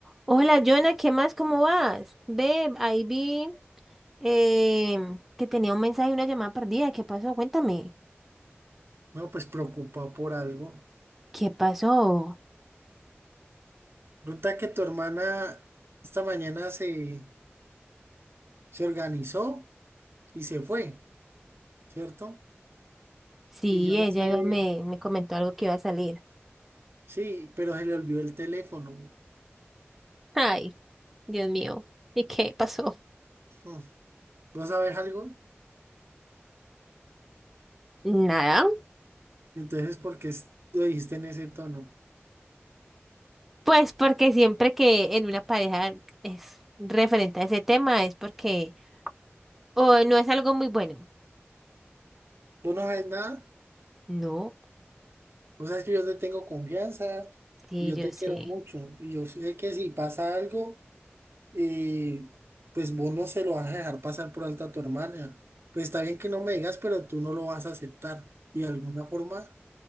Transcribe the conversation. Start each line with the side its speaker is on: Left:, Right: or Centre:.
Centre: Hola, Jonah, ¿qué más? ¿Cómo vas? Ve, ahí vi em, que tenía un mensaje, y una llamada perdida. ¿Qué pasó? Cuéntame.
Right: No, pues preocupado por algo.
Centre: ¿Qué pasó?
Right: Resulta que tu hermana esta mañana se, se organizó y se fue, ¿cierto?
Centre: Sí,
Right: Y yo no
Centre: ella
Right: sé,
Centre: iba- me, me comentó algo que iba a salir.
Right: sí, pero se le olvidó el teléfono.
Centre: Ay, Dios mío. ¿Y qué pasó?
Right: Hmm. ¿Vos sabés algo?
Centre: Nada.
Right: Entonces, ¿por qué es- lo dijiste en ese tono?
Centre: Pues porque siempre que en una pareja es referente a ese tema es porque o no es algo muy bueno.
Right: tú no sabes nada?
Centre: No,
Right: O sea, es que yo te tengo confianza
Centre: sí,
Right: y yo
Centre: yo
Right: te
Centre: sé.
Right: quiero mucho. Y yo sé que si pasa algo, y pues vos no se lo vas a dejar pasar por alto a tu hermana. Pues está bien que no me digas, pero tú no lo vas a aceptar. Y de alguna forma,